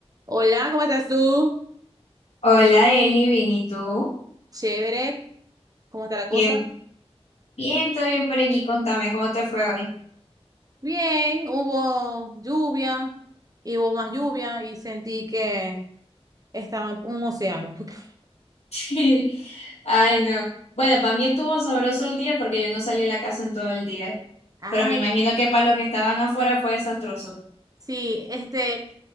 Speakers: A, on the right (about 35°); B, on the left (about 70°).
A: Hola, ¿cómo estás tú?
B: Hola, Eli, bien, ¿y tú?
A: Chévere, ¿cómo está la cosa?
B: Qué bien, todo bien por aquí. Contame cómo te fue hoy.
A: Bien, hubo lluvia, y hubo más lluvia y sentí que estaba en un océano. <laughs>
B: <laughs> Ay, no. Bueno, para mí estuvo sabroso el día porque yo no salí de la casa en todo el día.
A: Ay,
B: Pero me imagino que para los que estaban afuera fue desastroso.
A: sí, este,